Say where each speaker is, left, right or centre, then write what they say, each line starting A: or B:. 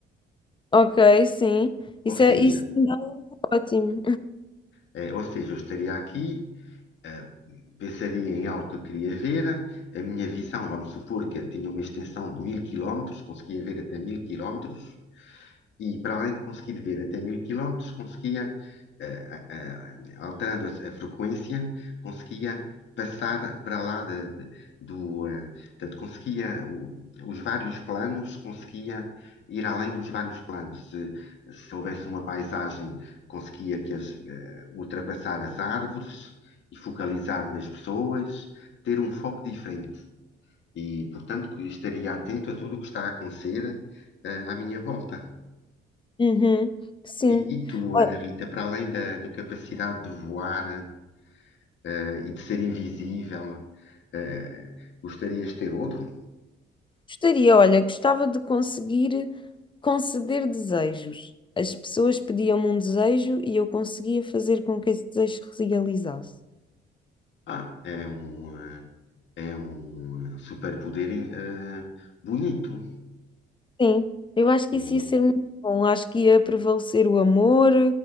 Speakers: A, on the left (about 25°); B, on the left (about 65°).
A: Ok, sim. Isso
B: Ou seja,
A: é, isso ainda é ótimo.
B: eh, ou seja, eu estaria aqui, eh, pensaria em algo que eu queria ver, a minha visão, vamos supor que eu tinha uma extensão de mil quilómetros, conseguia ver até mil quilómetros, e para além de conseguir ver até mil quilómetros, conseguia, eh, eh, eh, alterando a, a frequência, conseguia passar para lá de- de- do, eh, portanto, conseguia o- os vários planos, conseguia ir além dos vários planos. Se, se houvesse uma paisagem, conseguia que as, eh, ultrapassar as árvores e focalizar nas pessoas, ter um foco diferente. E, portanto, que estaria atento a tudo o que está a acontecer, eh, à minha volta.
A: Uhum, sim.
B: E, e tu,
A: Olha,
B: Ana Rita, para além da, da capacidade de voar, eh, e de ser invisível, eh, gostarias de ter outro?
A: gostaria, olha, gostava de conseguir conceder desejos. As pessoas pediam-me um desejo e eu conseguia fazer com que esse desejo se realizasse.
B: Ah, é um, eh, é um superpoder, eh, bonito.
A: Sim, eu acho que
B: É,
A: isso ia ser muito bom. Acho que ia prevalecer o amor,